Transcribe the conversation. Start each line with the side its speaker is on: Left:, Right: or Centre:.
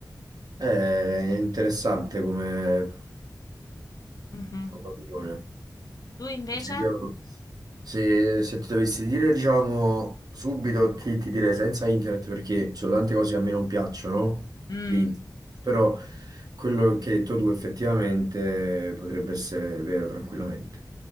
Right: È interessante come,
Left: Mhm.
Right: come opinione.
Left: Tu invece?
Right: Cioè, io, se, se ti dovessi dire, diciamo, subito ti, ti direi senza internet perché ci sono tante cose che a me non piacciono
Left: Mm.
Right: di internet. Però quello che hai detto tu effettivamente potrebbe essere vero tranquillamente.